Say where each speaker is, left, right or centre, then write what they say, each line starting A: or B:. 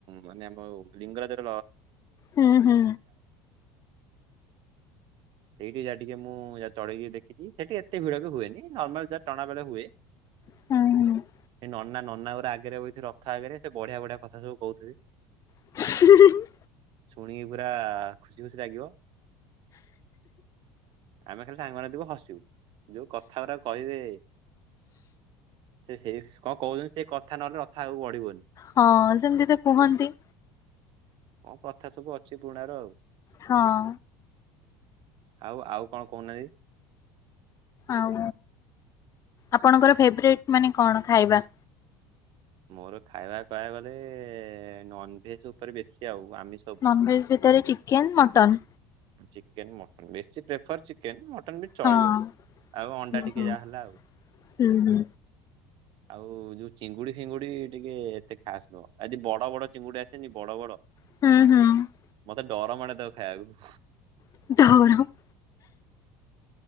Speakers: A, on the right (about 55°); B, on the left (about 35°).
A: ମାନେ ଆମ ଲିଙ୍ଗରାଜ <inaudible>
B: ହୁଁ ହୁଁ
A: ସେଇଟି ଯା ଟିକେ ମୁଁ ଚଡ଼ିକି ଦେଖିଚି, ସେଠି ଏତେ ଭିଡ଼ ବି ହୁଏନି, ନର୍ମାଲ୍ ଯା ଟଣା ବେଳେ ହୁଏ।
B: <inaudible>
A: ନନା ନନା ରା ଆଗେରେ ବଇଥିବେ ରଥ ଆଗେରେ, ସେ ବଢ଼ିଆ ବଢ଼ିଆ କଥା ସବୁ କହୁଥିବେ।
B: <inaudible>
A: ଶୁଣିକି ପୁରା ଖୁସି ଖୁସି ଲାଗିବ। ଆମେ ଖାଲି ସାଙ୍ଗ୍ ମାନେ ଥିବୁ ହସିବୁ, ଯଉ କଥା ରା କହିବେ। କହୁଚନ୍ତି, ସେ କଥା ନହେଲେ ରଥ ଆଗକୁ ବଢ଼ିବିନି।
B: ହଁ, ସେମ୍ତି ତ କୁହନ୍ତି।
A: ପ୍ରଥା ସବୁ ଅଛି ପୁ--ଣାର ଆଉ।
B: ହଁ!
A: ଆଉ ଆଉ କ'ଣ କହୁନା--ନ୍ତି?
B: ଆଉ, ଆପଣଙ୍କର ଫେବ୍ରେଟ୍ ମାନେ କ'ଣ ଖାଇବା?
A: ମୋର ଖାଇବା କହିବାକୁ ଗଲେ ନନ୍‌ଭେଜ୍‌ ଉପରେ ବେଶୀ ଆଉ। ଆମି
B: ନନଭେଜ୍ ଭିତରେ ଚିକେନ୍‌, ମଟନ୍।
A: ଚିକେନ ମଟନ୍ ବେଶୀ ପ୍ରେଫର୍ ଚିକେନ। ମଟନ୍ ବି ଚଳିବ,
B: ହଁ
A: ଆଉ ଅଣ୍ଡା
B: ହୁଁ
A: ଟିକେ
B: ହୁଁ
A: ଯାହା ହେଲା ଆଉ।
B: ହୁଁ ହୁଁ।
A: ଆଉ ଯଉ ଚିଙ୍ଗୁଡ଼ି ଫିଙ୍ଗୁଡ଼ି ଟିକେ ଏତେ ଖାସ୍ ନୁହଁ, ଆ ବଡ଼ ବଡ଼ ଚିଙ୍ଗୁଡି ଆସେନି ବଡ଼ ବଡ଼।
B: <inaudible>
A: ମତେ ଡ଼ର ମାଡ଼େ ତାକୁ ଖାଇବାକୁ।
B: <inaudible>